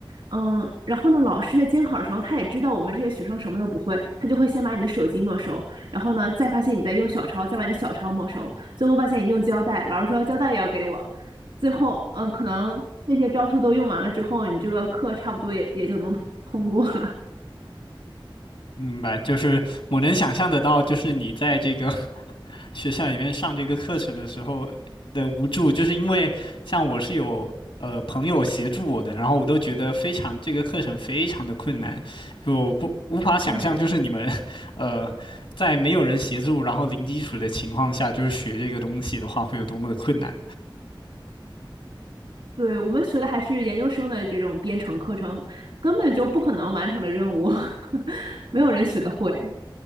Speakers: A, on the right; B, on the left.
A: 嗯，然后呢，老师在监考的时候，他也知道我们这些学生什么都不会，他就会先把你的手机没收，然后呢，再发现你在用小抄，再把你的小抄没收，最后发现你用胶带，老师说胶带也要给我，最后，嗯，可能这些招数都用完了之后，你这个课差不多也也就能通过了。
B: 明白，就是我能想象得到，就是你在这个 <laughs> 学校里面上这个课程的时候的无助，就是因为像我是有呃朋友协助我的，然后我都觉得非常这个课程非常的困难，就我不无法想象，
A: <laughs> 对，
B: 就是你们 <laughs> 呃在没有人协助，然后零基础的情况下，就是学这个东西的话会有多么的困难。
A: 对，我们学的还是研究生的这种编程课程，根本就不可能完成的任务，<laughs> 没有人学得会。